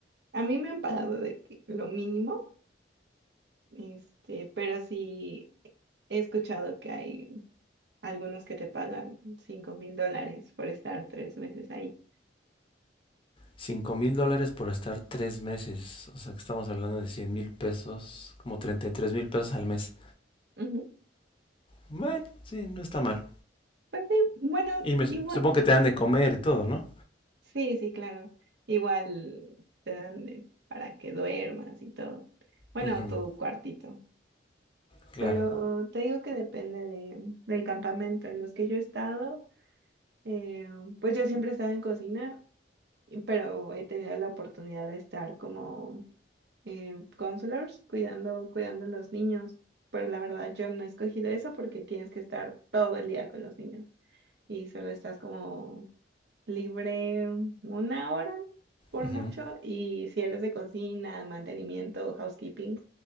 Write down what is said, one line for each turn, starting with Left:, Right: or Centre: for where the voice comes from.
Right: A mí me han pagado de que lo mínimo, este, pero sí he escuchado que hay algunos que te pagan cinco mil dólares por estar tres meses ahí.
Left: cinco mil dólares por estar tres meses. O sea, que estamos hablando de cien mil pesos, como treinta y tres mil pesos al mes.
Right: Ujú.
Left: Bueno, sí, no está mal.
Right: Pues sí, bueno,
Left: Y me,
Right: igual.
Left: supongo que te dan de comer y todo, ¿no?
Right: Sí, sí, claro. Igual te dan de- para que duermas y todo. Bueno,
Left: Ujú,
Right: tu cuartito.
Left: claro.
Right: Pero te digo que depende de, del campamento en los que yo he estado. eh, pues yo siempre he estado en cocina, y- pero he tenido la oportunidad de estar como eh, counselors, cuidando, cuidando a los niños. Pero la verdad yo no he escogido eso porque tienes que estar todo el día con los niños y solo estás como libre una hora por
Left: Ujú.
Right: mucho y si eres de cocina, mantenimiento, housekeeping,